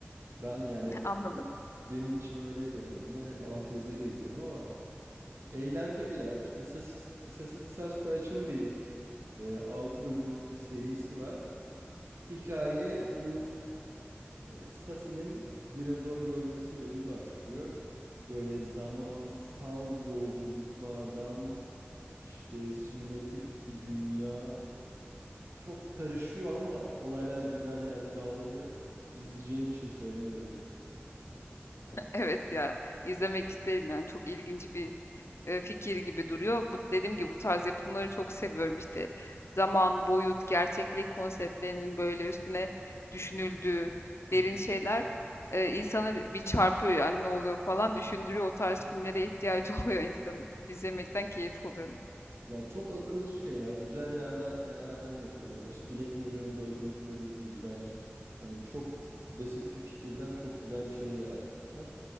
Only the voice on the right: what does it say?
Ben yani
benim için öyleydi en azından. Hep altyazıyla izledim ama eğlenceli ya. İşte Sasis, Sassy Sasquatch'ın bir e, 6 bölümlük bir serisi var. Hikaye bu E, Sasi'nin dinozor görmesiyle bir başlıyor. Böyle zamansal yolculuklardan işte simülatif bir dünya çok karışıyor ama olaylar güzel yerde bağlanıyor. İzleyeceğin için söylemiyorum.
Hı
hı.
Ya çok akılcı şeyler, güzel yerden yerlerden yakalıyorlar. İşte Black Mirror'ın dördüncü bölümü gibi bence hani çok basit bir fikirden çok güzel bir şey yaratmışlar.